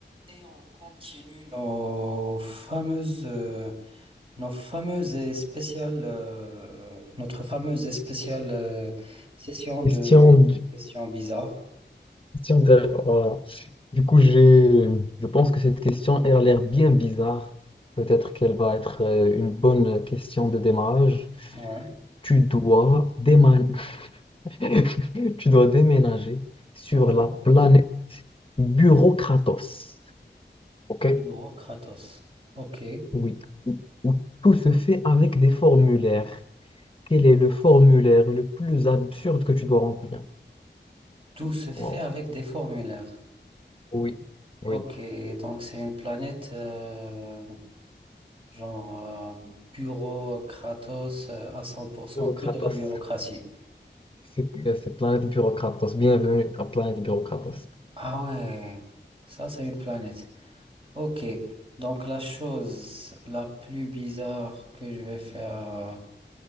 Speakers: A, on the right (about 30°); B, on the left (about 30°).
A: Et on continue Nos fameuses, euh, nos fameuses et spéciales, euh, notre fameuse et spéciale euh, session de
B: Question, du-
A: questions bizarres.
B: question de, voilà. Du coup, j'ai, je pense que cette question, elle a l'air bien bizarre. Peut-être qu'elle va être euh, une bonne question de démarrage.
A: Ouais,
B: Tu dois déman- <laughs> tu dois déménager sur
A: ouais.
B: la planète Bureaucratos. OK?
A: Bureau Kratos. Ok.
B: Oui. Où, où tout se fait avec des formulaires. Quel est le formulaire le plus absurde que tu dois remplir?
A: Tout se fait
B: Wow.
A: avec des formulaires.
B: Oui. Oui.
A: Ok, donc c'est une planète euh, genre euh, bureau Kratos euh, à 100%
B: Bureaucratos.
A: que de la bureaucratie.
B: C'est ben, c'est Planète Bureaucratos. Bienvenue à Planète Bureaucratos.
A: Ah ouais, ça c'est une planète. Ok, donc la chose la plus bizarre que je vais faire, euh,